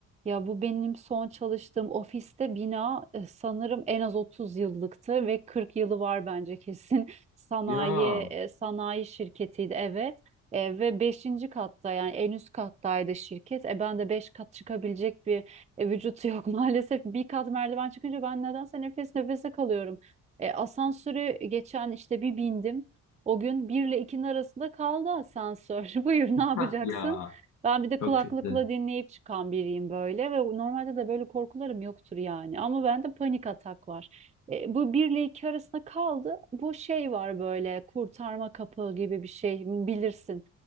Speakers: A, on the right; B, on the left.
A: Ya bu benim son çalıştığım ofiste bina e, sanırım en az 30 yıllıktı ve 40 yılı var bence kesin. <laughs> Sanayi
B: Ya.
A: e, sanayi şirketiydi evet. E, ve beşinci katta yani en üst kattaydı şirket. E, ben de 5 kat çıkabilecek bir e, vücut yok <laughs> maalesef. Bir kat merdiven çıkınca ben nedense nefes nefese kalıyorum. E, asansörü geçen işte bir bindim. O gün bir ile ikinin arasında kaldı asansör. <laughs> Buyur ne yapacaksın?
B: Hah ya.
A: Ben bir de
B: Çok
A: kulaklıkla
B: kötü.
A: dinleyip çıkan biriyim böyle ve normalde de böyle korkularım yoktur yani. Ama bende panik atak var. E, bu bir ile iki arasında kaldı. Bu şey var böyle kurtarma kapı gibi bir şey bilirsin.